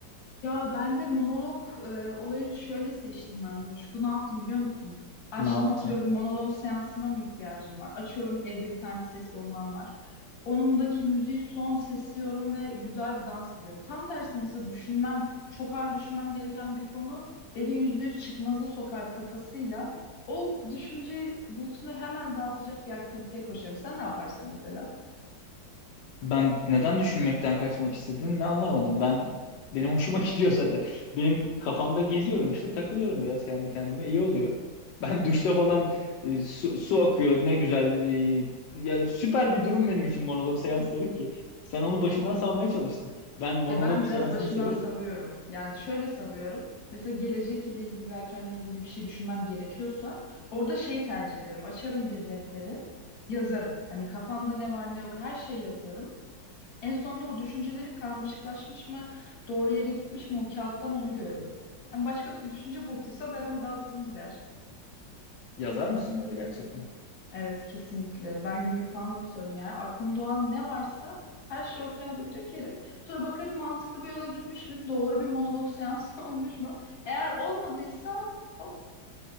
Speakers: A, on the left; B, on the left.
A: Ya ben de monolog e, olayı şöyle seçtim ben Coşku. Ne yaptım biliyor musun? Açtım
B: Ne yaptın?
A: atıyorum monolog seansına mı ihtiyacım var? Açıyorum evde bir tane ses bombam var. Onundaki müziği son sesliyorum ve güzel bir dans ediyorum. Tam tersine mesela düşünmem, çok ağır düşünmem gereken bir konu beni yüzde yüz çıkmaza sokar kafasıyla. O düşünce bulutunu hemen dağıtacak bir aktiviteye koşarım. Sen ne yaparsın mesela?
B: Ben neden düşünmekten kaçmak istedim ne anlamadım. Ben benim hoşuma <laughs> gidiyor zaten. Benim kafamda geziyorum işte takılıyorum biraz kendi kendime iyi oluyor. <laughs> Ben duşta falan e, su, su akıyor ne güzel. e, ya süper bir durum benim için monolog seansları ki. Sen onu başından savmaya çalıştın. Ben monolog
A: Ya ben
B: seansını
A: biraz başımdan
B: severim.
A: savuyorum. Yani şöyle savuyorum. Mesela gelecek ile ilgili ve kendimle ilgili bir şey düşünmem gerekiyorsa orada şey tercih ederim. Açarım bir defteri, yazarım. Hani kafamda ne var ne yok her şeyi yazarım. En sonunda o düşünceleri karmaşıklaşmış mı, doğru yere gitmiş mi o kağıttan onu görürüm. Yani başka türlü düşünce bulutuysa ben onu dağıtırım gider.
B: Yazar mısın öyle gerçekten?
A: Evet kesinlikle. Ben günlük falan da tutarım yani. Aklım doğan ne varsa her şeyi o kağıda bir dökerim. Sonra bakarım mantıklı bir yola gitmiş mi? Doğru bir monolog seansı <laughs> olmuş mu? Eğer olmadıysa hop